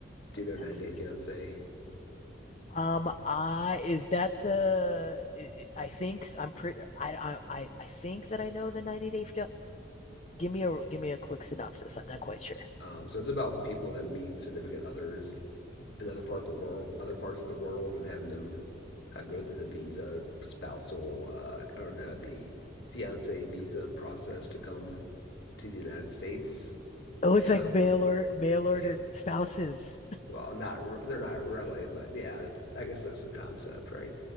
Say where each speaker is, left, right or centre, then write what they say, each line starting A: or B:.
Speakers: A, on the left; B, on the left.
A: do know
B: that's
A: Nine Day
B: good.
A: Fiance.
B: Um, I is that the I think I'm pretty I I I I think that I know the 90 Day Give me a give me a quick synopsis. I'm not quite sure.
A: Um, so it's about people that meet significant others in other part of the world, other parts of the world, and having them uh, go through the visa spousal uh, or no, the fiance visa process to come to the United States.
B: Oh, it's
A: And
B: like
A: other one,
B: mail or mail
A: <laughs>
B: order
A: yeah,
B: spouses.
A: well, not they're not really, but yeah, that's I guess that's the concept, right?